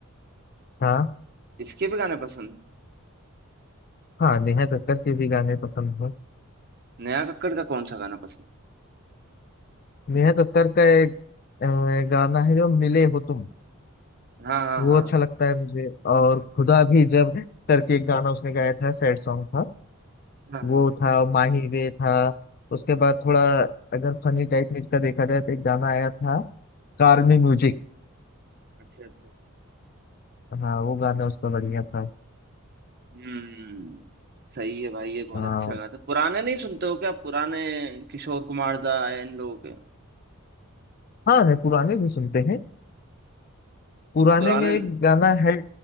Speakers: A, on the left; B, on the right.
A: हाँ
B: इसके भी गाने पसंद है
A: हाँ नेहा कक्कर के भी गाने पसंद हैं
B: नया कक्कड़ का कौन सा गाना पसंद
A: नेहा कक्कड़ का एक अ, गाना है जो मिले हो तुम
B: हाँ हाँ
A: वो
B: हाँ
A: अच्छा लगता है मुझे और खुदा भी जब करके एक गाना उसने गाया था सैड सॉन्ग था
B: हाँ हाँ,
A: वो था और माही वे था उसके बाद थोड़ा अगर फनी टाइप में इसका देखा जाए तो एक गाना आया था कार में म्यूजिक
B: अच्छा अच्छा
A: हाँ वो गाना उसका बढ़िया था
B: हम्म सही है भाई ये बहुत
A: हाँ
B: अच्छा गाना था पुराने नहीं सुनते हो क्या पुराने किशोर कुमार दा या इन लोगों के
A: हाँ नहीं पुराने भी सुनते हैं पुराने
B: पुराने
A: में एक गाना है